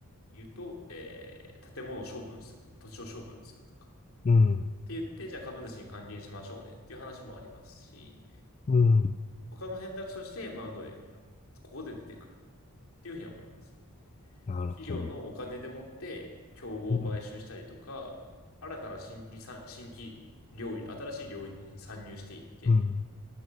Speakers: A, on the left; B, on the left.
A: 言うと、えー、建物を処分するとか、土地を処分するとか。
B: うん、
A: って言って、じゃあ株主に還元しましょうねっていう話もありますし、
B: うん。
A: 他の選択肢として M&A がここで出てくるっていうふうには思いますよね。
B: なるほど。
A: 企業のお金でもって、競合を買収したりとか、
B: うん、
A: 新たな新規さん、新規領域、新しい領域に参入していって、
B: うん。